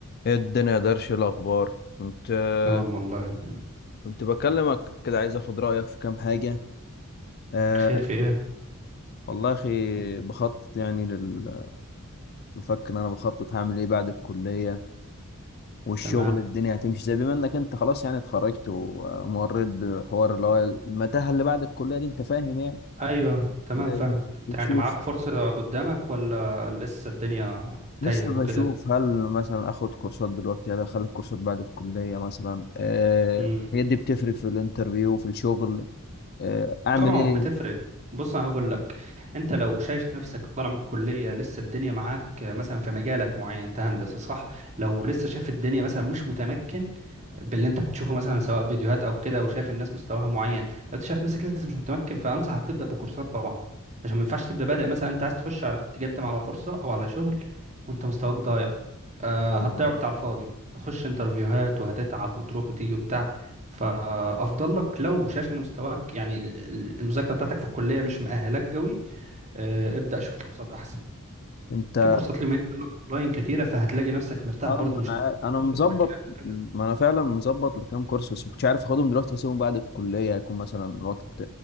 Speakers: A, on the left; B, on the right.
A: ايه الدنيا يا درش إيه الاخبار كنت آه،
B: تمام والله الدنيا
A: كنت بكلمك كده عايز اخد رايك في كام حاجه أه
B: خير في ايه
A: والله يا اخي بخطط يعني لل... بفكر إن انا بخطط هعمل ايه بعد الكليه والشغل
B: تمام
A: الدنيا هتمشي زي بما انك انت خلاص يعني اتخرجت ومريت بحوار اللي هو المتاهه اللي بعد الكليه دي انت فاهم يعني
B: ايوه تمام
A: آه،
B: فاهمك انت
A: بتشوف
B: يعني معاك فرصة قدامك ولا لسه الدنيا
A: لسه
B: تايهة وكده
A: بشوف هل مثلا اخد كورسات دلوقتي هل اخلي كورسات بعد الكليه مثلا أه
B: امم
A: هي دي بتفرق في الانترفيو وفي الشغل آه، اعمل
B: طبعا
A: ايه
B: بتفرق بص انا هقول لك انت لو شايف نفسك طالع من الكلية لسه الدنيا معاك مثلا في مجالك معين انت هندسة صح لو لسه شايف الدنيا مثلا مش متمكن باللي انت بتشوفه مثلا سواء فيديوهات او كده وشايف الناس مستواها معين لو انت شايف نفسك لسه مش متمكن فانصحك تبدا بكورسات طبعا عشان ما ينفعش تبدا بادئ مثلا انت عايز تخش على تقدم على فرصه او على شغل وانت مستواك ضايع آه
A: أيوة.
B: هتضيع وقت على الفاضي هتخش انترفيوهات وهتتعب وتروح وتيجي وبتاع فافضل لك لو شايف ان مستواك يعني ال- ال- المذاكره بتاعتك في الكليه مش مؤهلاك قوي آه ابدا شوف كورسات احسن
A: انت
B: في كورسات اليومين دول اونلاين كتيره فهتلاقي نفسك مرتاح
A: اه
B: برضو
A: ما
B: مش
A: انا
B: هتسافر
A: عا- انا مظبط
B: مكان وكده
A: ما انا فعلا مظبط لكام كورس بس ما كنتش عارف اخدهم دلوقتي اسيبهم بعد الكليه هيكون مثلا وقت